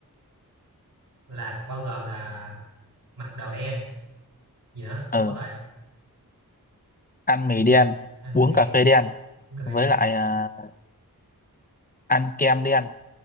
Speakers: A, on the right; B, on the left.
A: là bao gồm là mặc đồ đen gì nữa quên
B: ờ
A: mất rồi
B: ăn mì
A: gì nữa
B: đen
A: ăn
B: uống
A: mày đen
B: cà phê đen
A: uống cà phê
B: với
A: đen
B: lại à, ăn kem đen